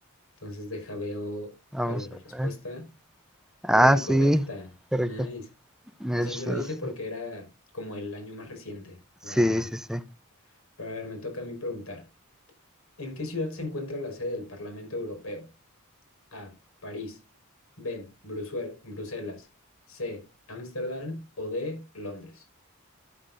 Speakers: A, on the left; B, in the centre.
A: Entonces deja veo
B: Vamos
A: cuál es la
B: a
A: respuesta.
B: ver. Ah,
A: Uy,
B: sí,
A: correcta.
B: correcto.
A: Nice.
B: 1800.
A: O sea, yo la dije porque era como el año más reciente,
B: Sí,
A: la verdad.
B: sí, sí.
A: Pero a ver, me toca a mí preguntar. ¿En qué ciudad se encuentra la sede del Parlamento Europeo? A. París. B. Brusue- Bruselas. C. Ámsterdam. O D. Londres.